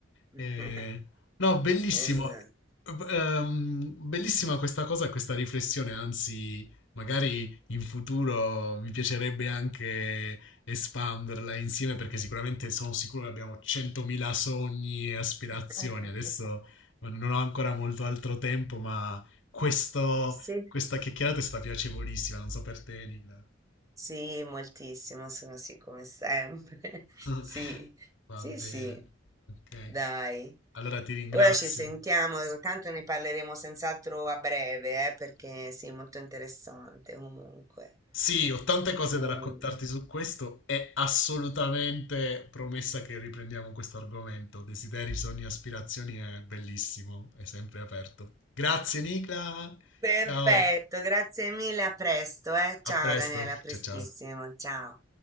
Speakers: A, on the right; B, on the left.
A: <laughs>
B: Eh, no, bellissimo.
A: Esatto.
B: Ehm, bellissima questa cosa, questa riflessione, anzi, magari in futuro mi piacerebbe anche espanderla insieme perché sicuramente sono sicuro che abbiamo 100.000 sogni e aspirazioni.
A: <laughs>
B: Adesso non ho ancora molto altro tempo, ma questo,
A: Sì.
B: questa chiacchierata è stata piacevolissima, non so per te, Nicola.
A: Sì, moltissimo, sono sì, come sempre. <laughs>
B: <laughs>
A: Sì,
B: Va
A: sì,
B: bene.
A: sì,
B: Ok,
A: dai.
B: allora ti ringrazio.
A: Ora ci sentiamo, eh, tanto ne parleremo senz'altro a breve, eh, perché sì, molto interessante comunque.
B: Sì, ho tante cose
A: Mm.
B: da raccontarti su questo. È assolutamente promessa che riprendiamo questo argomento. Desideri, sogni, aspirazioni è bellissimo, è sempre aperto. Grazie, Nicola.
A: Perfetto,
B: Ciao,
A: grazie mille, a presto, eh. Ciao
B: a presto.
A: Daniela, a prestissimo,
B: Ciao, ciao.
A: ciao.